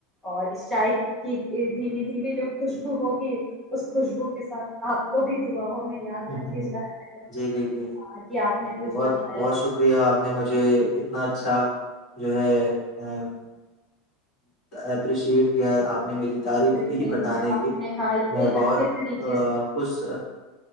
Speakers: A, in the centre; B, on the left.
A: اور چائے کی دھی دھیمی جو خوشبو ہوگی اس خوشبو کے ساتھ آپ کو بھی دعاؤں میں یاد
B: ہمم
A: رکھے
B: ہمم ہمم
A: جائے گا
B: جی جی جی
A: ہاں، کہ آپ نے کچھ
B: بہت
A: بتایا
B: بہت شکریہ آپ نے مجھے اتنا اچھا جو ہے ہمم ہمم ایپریشٹ کیا آپ
A: نہیں
B: نے میری تعریف کی ہی
A: نہیں
B: بتانے
A: آپ
B: کی
A: نے ہاں اتنے
B: میں بہت
A: اچھے طریقے
B: خوش